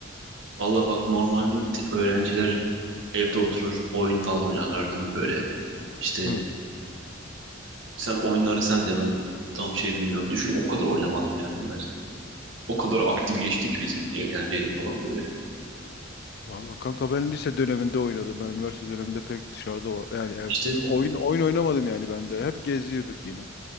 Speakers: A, on the right (about 75°); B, on the left (about 55°).
A: Valla bak normalde öğrenciler evde oturur oyun falan oynarlar değil mi böyle? İşte
B: Hı.
A: sen oyunları sen de ben tam şey bilmiyorum. Düşün o kadar oynamadım yani O kadar aktif geçtik bizim eğlenceydi falan böyle.
B: Valla kanka ben lise döneminde oynadım. Ben üniversite döneminde pek dışarıda o- yani evde,
A: İşte
B: oyun oyun oynamadım yani ben de. Hep geziyorduk yine.